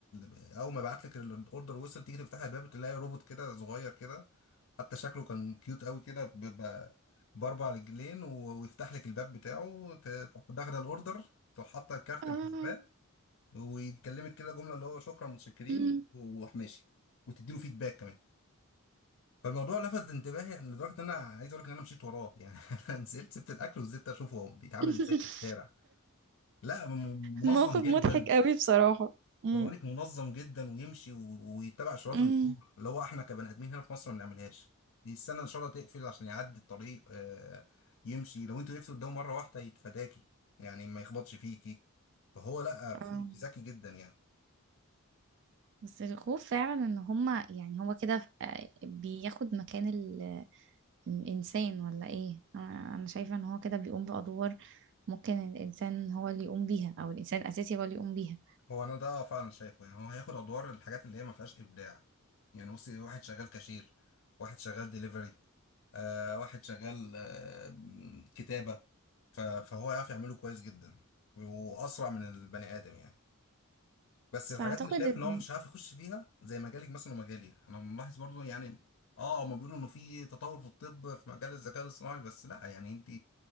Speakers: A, on the left; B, on the right.
A: ال... اول ما يبعت لك الاوردر وصل تيجي تفتح الباب تلاقي روبوت كده صغير كده حتى شكله كان كيوت قوي كده ب... ب... باربع رجلين و... ويفتح لك الباب بتاعه ت- تروح داخله الاوردر تروح حاطه الكارت
B: آه.
A: محاسباه ويكلمك كده جمله اللي هو شكرا متشكرين
B: أمم.
A: وراح ماشي وتديله فيدباك كمان فالموضوع لفت انتباهي يعني لدرجه ان انا عايز اقول لك ان انا مشيت وراه يعني <laughs> انا نزلت سبت الاكل وزدت اشوفه هو بيتعامل
B: <laughs>
A: ازاي في الشارع لا م-
B: موقف
A: منظم
B: مضحك
A: جدا
B: قوي بصراحة مم.
A: بقولك منظم جدا ويمشي و- ويتبع اشارات
B: أمم.
A: المرور اللي هو احنا كبني ادمين هنا في مصر ما بنعملهاش دي السنه ان شاء الله تقفل عشان يعدي الطريق آه، يمشي لو انتوا وقفتوا قدامه مره واحده يتفاداكي يعني ما يخبطش فيكي فهو لا في
B: آه.
A: في ذكي جدا يعني
B: بس الخوف فعلا ان هما يعني هو كده ف- آه، بياخد مكان ال- الانسان ولا ايه انا أنا شايفة ان هو كده بيقوم بادوار ممكن الانسان هو اللي يقوم بيها او الانسان الاساسي هو اللي يقوم بيها
A: هو انا ده فعلا شايفه يعني هو هياخد ادوار الحاجات اللي هي ما فيهاش ابداع يعني بصي واحد شغال كاشير واحد شغال ديليفري آه واحد شغال آه م- كتابه ف- فهو يعرف يعمله كويس جدا واسرع من البني ادم يعني بس
B: بس
A: الحاجات
B: اعتقد
A: اللي شايف
B: إن-
A: ان هو مش عارف يخش فيها زي مجالك مثلا ومجالي انا ملاحظ برضو يعني اه هما بيقولوا انه في تطور في الطب في مجال الذكاء الاصطناعي بس لا يعني انت